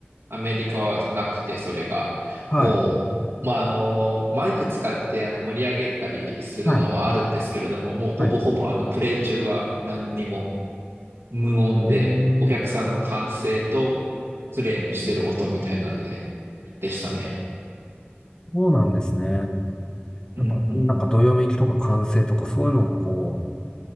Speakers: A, on the right (about 80°); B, on the left (about 20°).
A: アメリカはなくて、それが。
B: はい。
A: もう、まあ、あの、マイク使ってあの盛り上げたりするのはあるんですけれども、
B: はい。
A: もうほぼほぼあのプレイ中は何にも
B: はい。
A: 無音で、
B: えー、
A: お客さんの歓声とプレイのしてる音みたいなので、でしたね。
B: そうなんですね。
A: うんうん。
B: やっぱ、なんか、どよめきとか歓声とか、そういうのがこ